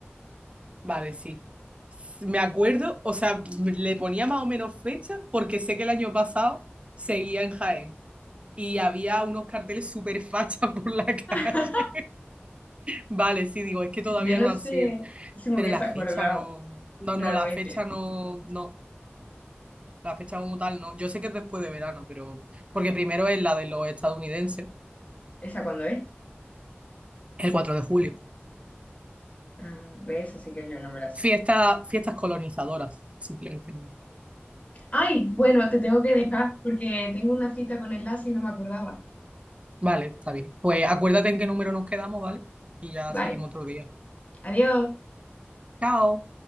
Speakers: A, on the right (about 30°); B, on the left (about 35°).
A: Vale, sí. S- Me acuerdo, o sea, m- le ponía más o menos fecha porque sé que el año pasado seguía en Jaén y había unos carteles súper fachas <laughs> por la calle.
B: <laughs>
A: Vale, sí, digo, es que todavía
B: Yo no
A: no ha
B: sé
A: sido.
B: si me
A: Pero
B: hubiese
A: la
B: acordado
A: fecha no, no,
B: realmente.
A: no, la fecha no, no. La fecha como tal, no. Yo sé que es después de verano, pero. Porque primero es la de los estadounidenses,
B: ¿Esa cuándo es?
A: el 4 de julio.
B: Ah, ¿ves? Así que yo no me la sé.
A: Fiesta, fiestas colonizadoras, simplemente.
B: Ay, bueno, te tengo que dejar porque tengo una cita con el enlace y no me acordaba.
A: Vale, está bien. Pues acuérdate en qué número nos quedamos, ¿vale? Y ya seguimos
B: Vale,
A: otro día.
B: adiós.
A: Chao.